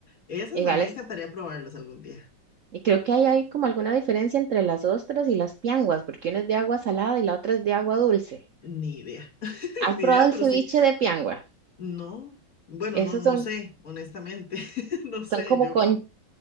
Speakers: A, on the left (about 50°); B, on the right (about 60°).
A: Esas
B: iguales.
A: a mí me encantaría probarlas algún día.
B: Y creo que ahí hay como alguna diferencia entre las ostras y las pianguas, porque una es de agua salada y la otra es de agua dulce.
A: Ni idea, <laughs>
B: ¿Has
A: ni
B: probado
A: idea,
B: el
A: pero
B: ceviche
A: sí,
B: de piangua?
A: no, bueno,
B: Esos
A: no, no
B: son
A: sé, honestamente, <laughs> no sé,
B: Son como
A: yo...
B: con,
A: co-